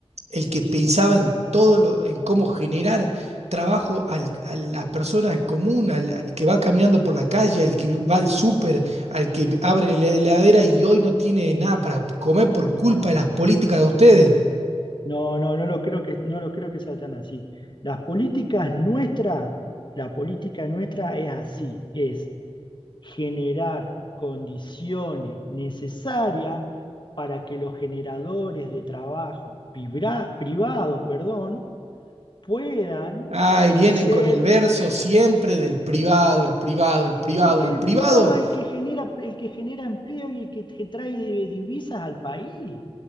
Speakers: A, on the right (about 80°); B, on the left (about 45°).
A: el que pensaba en todo lo, en cómo generar trabajo al, a la persona común, al, al, que va caminando por la calle, al que va al súper, al que abre la heladera y hoy no tiene nada para comer por
B: No,
A: culpa de
B: no,
A: las políticas de ustedes.
B: no, no, no lo creo que, no lo creo que sea tan así. Las políticas nuestras, la política nuestra es así, es generar condiciones necesarias para que los generadores de trabajo pribra- privados, perdón, puedan
A: Ay,
B: crecer,
A: vienen con el verso siempre del privado, el privado, el privado,
B: es que
A: el
B: el
A: privado.
B: privado es el que genera, el que genera empleo y el que te trae divisas al país.